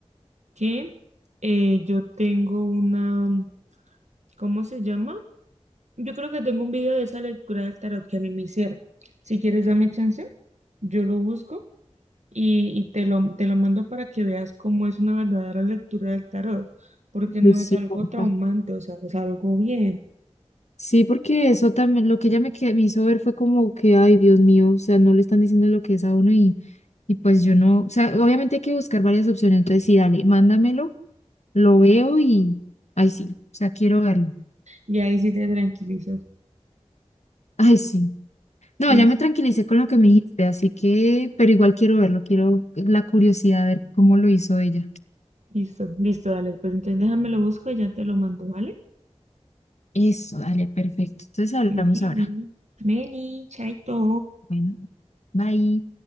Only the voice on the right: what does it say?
que eh, yo tengo una, ¿cómo se llama? Yo creo que tengo un video de esa lectura del tarot que a mí me hicieron. Si quieres, dame chance, yo lo busco y, y te lo, te lo mando para que veas cómo es una verdadera lectura del tarot, porque no
es algo
traumante, o sea, es algo bien.
Y ahí sí te tranquilizas.
Listo,
listo, listo, dale. Pues entonces déjame lo busco y ya te lo mando, ¿vale?
Meni,
Meni, chaito.